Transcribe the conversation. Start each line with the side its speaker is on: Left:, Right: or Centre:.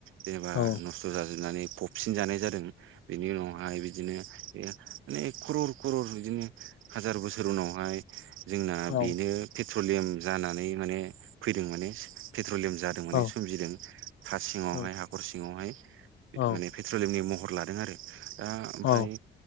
Right: जेनेबा
Left: औ
Right: नस्थ जाजोबनानै फबसिन जानाय जादों बेनि उनावहाय बिदिनो बे माने खरर खरर बिदिनो हाजार बोसोर उनावहाय जोंना
Left: ओ
Right: बेनो पेट्रलियाम जानानै माने फैदों माने पे पेट्रलियाम जादों माने
Left: औ
Right: सोमजिदों हा सिङावहाय
Left: औ
Right: हाखर सिङावहाय
Left: औ
Right: माने पेट्रलियामनि मह हर लादों आरो दा ओमफ्राय
Left: औ